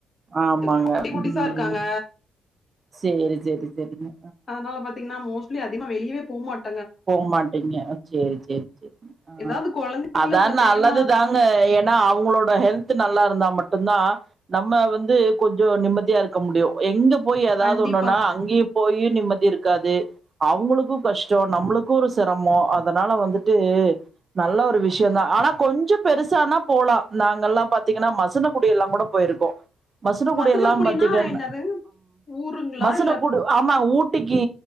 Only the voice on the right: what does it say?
ஆமாங்க
ம்
சேரி சேரி செரிங்க
போமாட்டீங்க செரி செரி செரி ஆ
அதா
நல்லதுதா ஏன்னா அவங்களோட ஹெல்த் நல்லா இருந்தா மட்டு தா நம்ம வந்து கொஞ்சோ நிம்மதியா இருக்க முடியு எங்க போய் எதாவது
ஒன்னுனா அங்கயு போய் நிம்மதி இருக்காது அவங்களுக்கு கஷ்டோ நம்மளுக்கு ஒரு செரமோ அதனால வந்துட்டு நல்ல ஒரு விஷயோதா ஆனா கொஞ்சோ பெருச ஆனா போலா நாங்கலா பாத்தீங்கனா மசன குடி எல்லா கூட போயிருக்கோ மசனகுடி
எல்லா பாத்திங்கன
மசன
குடு ஆமா ஊட்டிக்கு